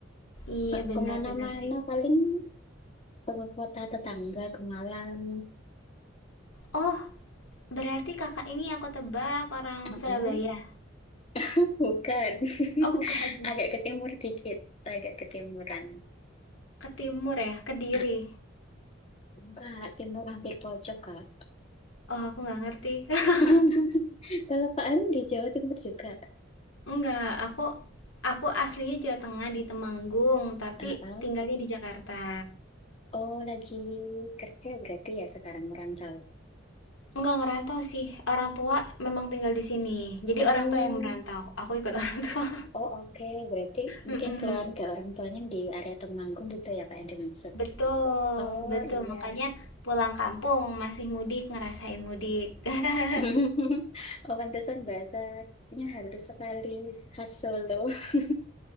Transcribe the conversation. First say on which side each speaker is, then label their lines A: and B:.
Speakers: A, on the left (about 85°); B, on the left (about 30°).
A: Iya,
B: Nggak
A: benar
B: kemana-mana
A: benar sih.
B: paling ke kota tetangga, ke Malang.
A: Oh, berarti Kakak ini aku tebak orang
B: Uh-uh.
A: Surabaya.
B: <laughs> Bukan, <laughs>
A: Oh, bukan.
B: agak ke timur dikit, agak ke timuran.
A: Ke timur ya, Kediri.
B: Ah, enggak, timur hampir pojok kak.
A: Oh, aku nggak ngerti. <laughs>
B: <laughs> Kalau Pak Aru di Jawa Timur juga.
A: Nggak, aku aku aslinya Jawa Tengah di Temanggung, tapi
B: Ah,
A: tinggalnya di Jakarta.
B: Oh, lagi kerja berarti ya sekarang merantau.
A: Nggak ngerantau sih. Orang tua memang tinggal di sini. Jadi
B: Oh,
A: orang tua yang merantau. Aku ikut <laughs> orang tua.
B: oh oke. Berarti mungkin
A: Mm-mm.
B: keluarga orang tuanya di area Temanggung gitu ya Pak yang dimaksud.
A: Betul,
B: Oh
A: betul.
B: iya.
A: Makanya pulang kampung masih mudik, ngerasain mudik. <laughs>
B: <laughs> Oh, pantesan bahasanya halus sekali khas Solo. <laughs>